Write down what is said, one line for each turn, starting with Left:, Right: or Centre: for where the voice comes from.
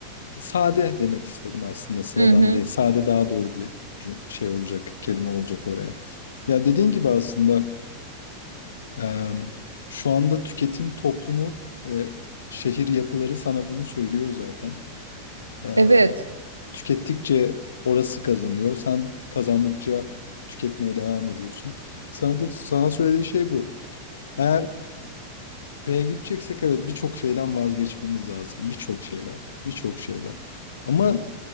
Left: sade demek istedim aslında. Sıradan
Right: Hı hı.
Left: değil. Sade daha doğru bir cüm- şey olacak, kelime olacak oraya. Ya dediğin gibi aslında Eee, şu anda tüketim toplumu ve şehir yapıları sana bunu söylüyor zaten. Eee,
Right: Evet.
Left: tükettikçe orası kazanıyor. Sen kazandıkça tüketmeye devam ediyorsun. Sana da sana söylediği şey bu. Eğer B'ye gideceksek evet birçok şeyden vazgeçmemiz lazım. Birçok şeyden. Birçok şeyden. Ama